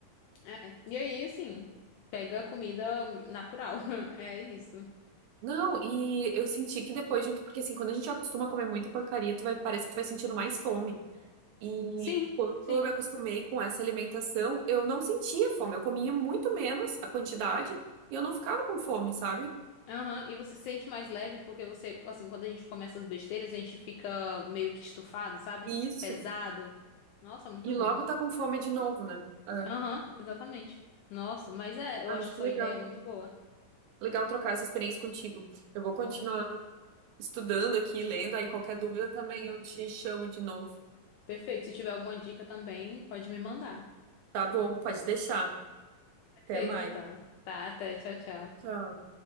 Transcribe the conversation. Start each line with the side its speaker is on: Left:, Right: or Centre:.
Left: É. E aí, assim, pega comida natural. <laughs> É isso.
Right: Não, e eu senti que depois, junto, porque assim, quando a gente já acostuma a comer muita porcaria, tu vai, parece que tu vai sentindo mais fome. E
Left: Sim,
Right: quando
Left: sim.
Right: eu me acostumei com essa alimentação, eu não sentia fome, eu comia muito menos a quantidade e eu não ficava com fome, sabe?
Left: Aham, e você se sente mais leve porque você, assim, quando a gente come essas besteiras, a gente fica meio que estufado, sabe?
Right: Isso.
Left: Pesado. Nossa, muito
Right: E
Left: ruim.
Right: logo tá com fome de novo, né? É.
Left: Aham, exatamente. Nossa, mas é, eu
Right: Ah,
Left: acho
Right: mas que
Left: sua
Right: legal.
Left: ideia muito boa.
Right: Legal trocar essa experiência contigo. Eu vou continuar
Left: Com certeza.
Right: estudando aqui, lendo, aí qualquer dúvida também eu te chamo de novo.
Left: Perfeito. Se tiver alguma dica também, pode me mandar.
Right: Tá bom, pode deixar.
Left: Perfeito,
Right: Até mais.
Left: então. Tá, até. Tchau, tchau.
Right: Tchau.